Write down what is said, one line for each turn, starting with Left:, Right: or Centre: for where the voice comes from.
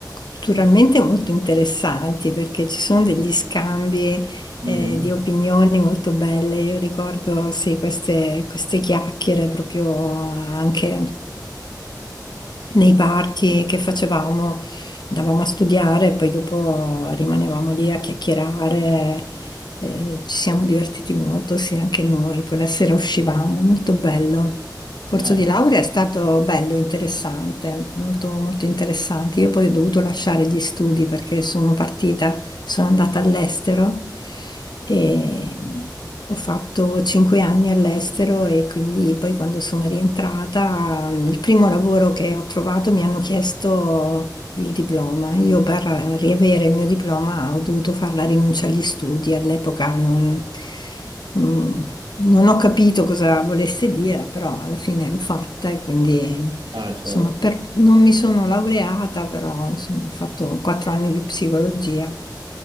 Left: culturalmente molto interessanti perché ci sono degli scambi
Right: mhm.
Left: eh, di opinioni molto belle. Io ricordo sì, queste, queste chiacchiere proprio anche nei party che facevamo, andavamo a studiare e poi dopo rimanevamo lì a chiacchierare. eh, ci siamo divertiti molto, sì, anche noi. Poi la sera uscivamo, molto bello. Il corso
Right: Ah,
Left: di laurea è stato bello, interessante, molto, molto interessante. Io poi ho dovuto lasciare gli studi perché sono partita sono andata all'estero e ho fatto cinque anni all'estero e quindi poi quando sono rientrata, il primo lavoro che ho trovato mi hanno chiesto il diploma. Io per riavere il mio diploma ho dovuto fare la rinuncia agli studi. All'epoca non, non- non ho capito cosa volesse dire, però alla fine l'ho fatta e quindi...
Right: ah, certo.
Left: Insomma, per- non mi sono laureata, però insomma, ho fatto quattro anni di psicologia.